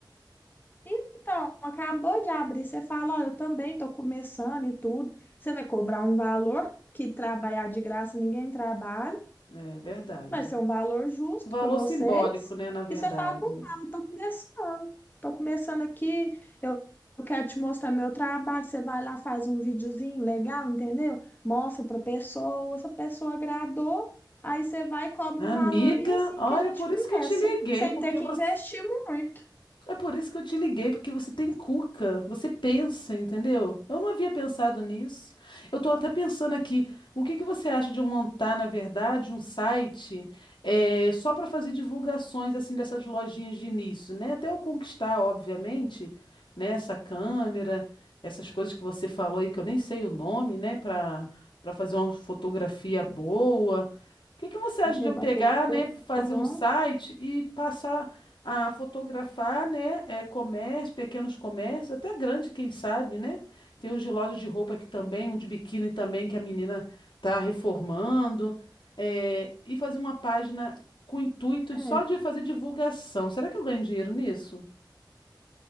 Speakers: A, on the left; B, on the left.
A: Então, acabou de abrir, você fala, ó, eu também estou começando e tudo. Você vai cobrar um valor que trabalhar de graça ninguém trabalha,
B: É verdade.
A: vai ser um valor justo
B: Valor
A: para vocês.
B: simbólico, né, na verdade.
A: E você fala com calma, estou começando, estou começando aqui, eu eu quero te mostrar meu trabalho. Você vai lá, faz um videozinho legal, entendeu? Mostra para pessoa, se a pessoa agradou, aí você vai e cobra
B: Amiga,
A: um valor. E assim
B: olha,
A: que a gente
B: por isso
A: começa,
B: que eu te liguei,
A: sem
B: porque
A: ter que
B: você,
A: investir muito.
B: é por isso que eu te liguei, porque você tem cuca, você pensa, entendeu? Eu não havia pensado nisso. Eu tô até pensando aqui, o que que você acha de eu montar, na verdade, um site eh, só para fazer divulgações assim dessas lojinhas de início, né? Até eu conquistar, obviamente, né, essa câmera, essas coisas que você falou aí que eu nem sei o nome, né, para para fazer uma fotografia boa. O que que você acha
A: O rebatedor.
B: de eu pegar, né, fazer
A: Aham.
B: um site e passar a fotografar, né, é, comércio, pequenos comércios, até grande, quem sabe, né? Tem um de loja de roupa aqui também, um de biquíni também que a menina tá reformando, é, e fazer uma página com o intuito
A: É.
B: de- só de fazer divulgação. Será que eu ganho dinheiro nisso?